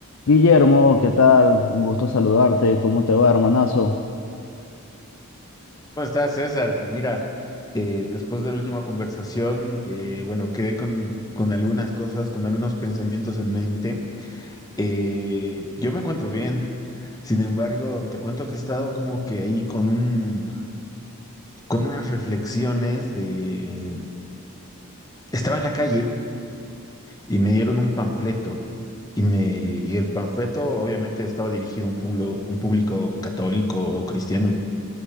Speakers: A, on the left; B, on the left.
A: Guillermo, ¿qué tal? Un gusto saludarte. ¿Cómo te va, hermanazo?
B: ¿Cómo estás, César? Mira, eh, después de la última conversación, eh, bueno, quedé con, con algunas cosas, con algunos pensamientos en mente. Eh, yo me encuentro bien, sin embargo, te cuento que he estado como que ahí con un, con unas reflexiones de... Estaba en la calle y me dieron un panfleto y, me, y el panfleto obviamente estaba dirigido a un pueblo, un público católico o cristiano.